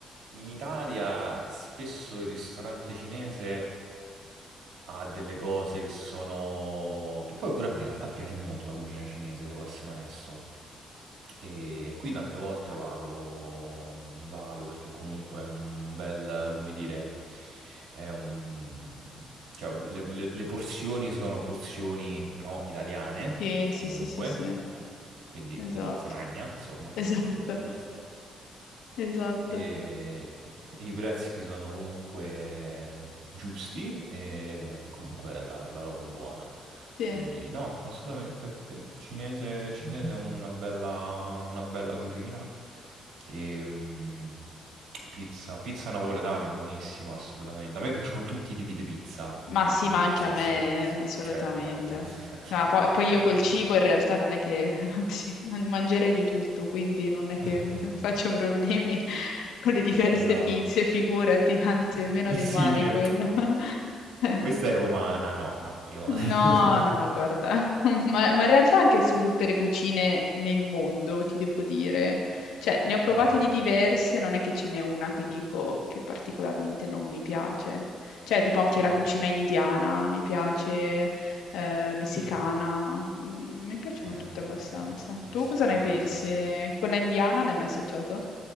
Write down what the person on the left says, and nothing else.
sì, sì,
sì, sì, sì,
esatto,
<laughs>
esatto,
esatto,
sì.
Ma sì, ma anche
a me,
assolutamente.
Ah, poi, poi io col
cibo in realtà non è che, <laughs> anzi, man- mangerei di tutto, quindi non è
che <laughs> faccio problemi con le diverse
pizze, figurati, anzi, è meno dei
mali
quello. <laughs>
No,
no, guarda, <laughs> ma, ma in realtà anche su tutte le cucine nel mondo, ti devo dire. Cioè, ne ho provate
di diverse,
non è che ce n'è una che dico che particolarmente non mi piace. Cioè, tipo anche
la cucina indiana mi piace, eh, messicana,
mm, mi piacciono
tutte abbastanza.
Tu cosa ne pensi?
Quella indiana l'hai mai assaggiato?